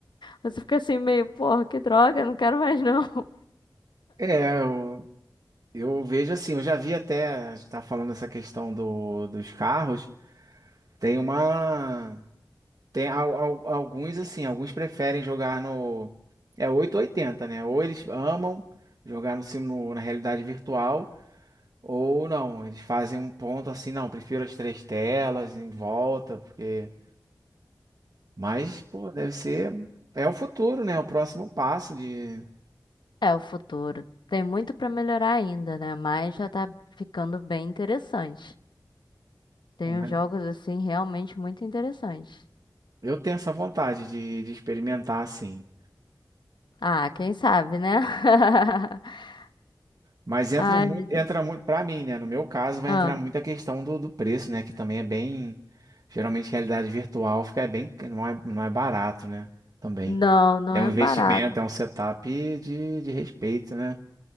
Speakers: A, on the left; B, on the right.
A: Você fica assim meio, porra, que droga, não quero mais não.
B: É, eu, eu vejo assim, eu já vi até, a gente tá falando essa questão do, dos carros, tem uma, Tem al- al- alguns assim, alguns preferem jogar no. É oito ou oitenta né? Ou eles amam jogar no, sim- no- na realidade virtual, ou não. Eles fazem um ponto assim, não, prefiro as três telas em volta, porque. Mas, pô, deve ser. É o futuro, né? É O próximo passo de.
A: É o futuro. Tem muito pra melhorar ainda, né? Mas já tá ficando bem interessante. Tem
B: humani-
A: uns jogos assim realmente muito interessantes.
B: Eu tenho essa vontade de, de experimentar assim.
A: Ah, quem sabe, né? <laughs>
B: Mas entra
A: Ai,
B: muito,
A: meu Deus.
B: entra muito, para mim, né? No meu caso, vai
A: Ah,
B: entrar muito a questão do, do preço, né? Que também é bem. Geralmente, realidade virtual fica é bem, não é, não é barato, né? Também.
A: não, não
B: É
A: é
B: um investimento,
A: barato.
B: é um setup de, de respeito, né?